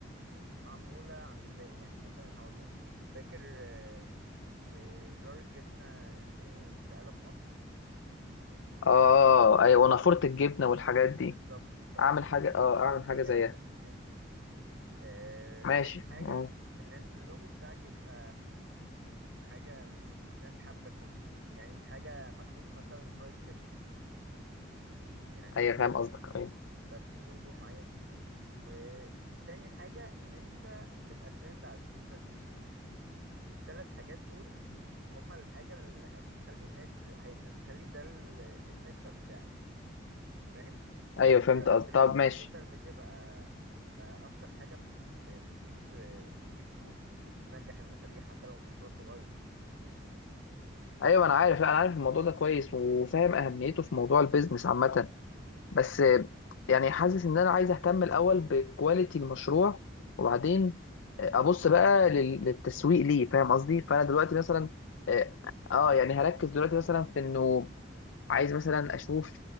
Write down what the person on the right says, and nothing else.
مش معموله عند الباقي يعني مثلا هقول لك فاكر آه، آه، زار الجبنه اللي اللي قلب مصر
بالظبط فانت
حاجه
شبيهه دي آه،
تاني حاجه
ان اللوجو بتاعك يبقى حاجة الناس حابة تشوفها يعني مش حاجة مكتوب مثلا فرايد تشيكن يعني
يبقى فيه لوجو معين بيه وتاني حاجة ان انت تبقى ترند على السوشيال ميديا التلات حاجات دول هما الحاجة اللي هتخلي الناس هي- هتخلي ده السيجنتشر بتاعك فاهم؟
على فكرة
دلوقتي
السوشيال
ميديا بقى بقى أكتر حاجة بت... بتجيب بتجيب فلوس وبتنجح المشاريع حتى لو مشروع صغير
خلاص
صح